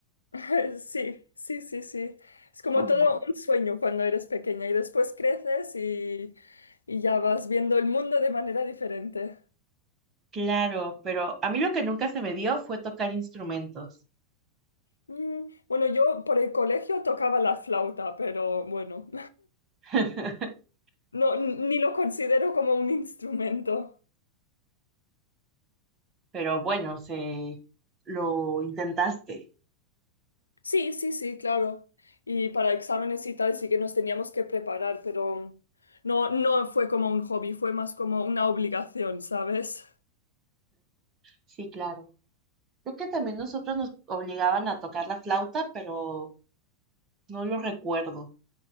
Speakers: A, on the left; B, on the right.
A: <laughs> Sí, sí, sí, sí. Es
B: Es
A: como
B: como,
A: todo un sueño cuando eres pequeña y después creces y, y ya vas viendo el mundo de manera diferente.
B: claro, pero a mí lo que nunca se me dio fue tocar instrumentos.
A: Mm, bueno, yo por el colegio tocaba la flauta, pero bueno,
B: <laughs>
A: <laughs> no, n- ni lo considero como un instrumento.
B: Pero bueno, se lo intentaste.
A: Sí, sí, sí, claro. Y para exámenes y tal sí que nos teníamos que preparar, pero no, no fue como un hobby, fue más como una obligación, ¿sabes?
B: Sí, claro. Creo que también nosotros nos obligaban a tocar la flauta, pero no lo recuerdo,